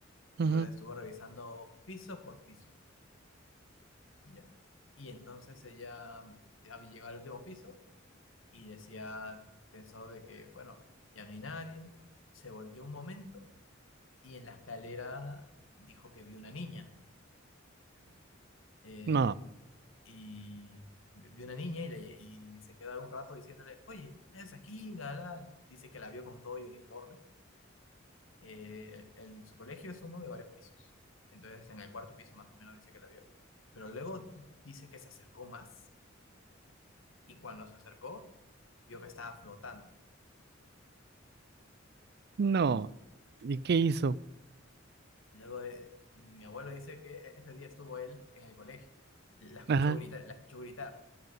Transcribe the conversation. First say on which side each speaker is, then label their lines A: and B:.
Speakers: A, on the left; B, on the right.
A: Entonces
B: <laughs> Ujú.
A: estuvo revisando piso por piso Ya. Y entonces ella eh, había llegado al último piso y decía, pensó de que, bueno, ya no hay nadie. Se volteó un momento y en la escalera dijo que vio una niña. En-
B: No,
A: y vi- vio una niña y, le- y se quedó un rato diciéndole, oye, es aquí, bla, bla. Dice que la vio con todo y uniforme. Eh, el- el- su colegio es uno de varios pisos. Entonces en el cuarto piso más o menos dice que la vio. Pero luego dice que se acercó más y cuando se acercó vio que estaba flotando.
B: no. ¿Y qué hizo?
A: Luego de- mi abuelo dice que e-, ese día estuvo él en el colegio. La escuchó
B: Ajá,
A: gritar, la escuchó gritar.